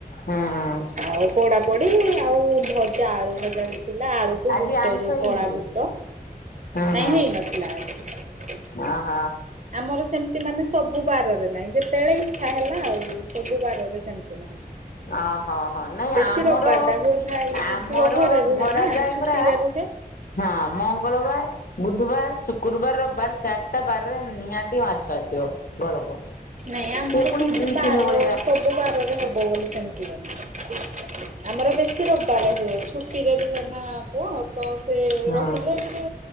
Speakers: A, on the left (about 65°); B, on the right (about 50°).
A: ହୁଁ ହୁଁ
B: ଆଉ ପୋଡା ପୋଡି। ଆଉ ଭ ଜା ଆଳୁ ଭଜା ବି ଥିଲା ଆଳୁକୁ
A: ଆଜି
B: ବୁଟ
A: ଆଇଁଷ
B: ଯୋଉ
A: ହେଇନି
B: କଳା
A: କି?
B: ବୁଟ
A: ହଁ
B: ନାଇଁ
A: ହଁ
B: ହେଇନଥିଲା ଆଜି
A: ଅହ
B: ଆମର ସେମିତି ମାନେ ସବୁ ବାରରେ ନାଇଁ ଯେତେବେଳେ ଇଚ୍ଛା ହେଲା ଆଉ ସବୁ ବାରରେ ସେମତି ନାହିଁ।
A: ଅ ହଁ ହଁ ନାଇଁ
B: ବେଶୀ
A: ଆମର
B: ରବିବାର ଟା ହୁଏ ଭାଇ
A: ଆମର
B: ପୁଅ ଘରେ ରୁହେ
A: ଧରା
B: ନା
A: ଯାଏ
B: ଛୁଟିରେ
A: ପରା
B: ରୁହେ।
A: ହଁ ମଙ୍ଗଳବାର ବୁଧବାର ଶୁକ୍ରବାର ରବିବାର ଚାରିଟା ବାର ନିହାତି ମାଛ ଆସିବ ଘରକୁ।
B: ନାଇଁ ଆମର
A: ସେ ପୁଣି
B: ସେମିତି
A: ଦୁଇ
B: ବାର
A: ତିନି ଭଳିଆ
B: ସବୁ ବାରରେ ହବ୍ ହବ ବୋଲି ସେମିତି ମାନେ ନାଇ ଆମର ବେଶି ରବିବାରେ ହୁଏ ଛୁଟିରେ ବି ବନା ହବ। ତ ସେ
A: ହଁ
B: ରହିଲେ ସେ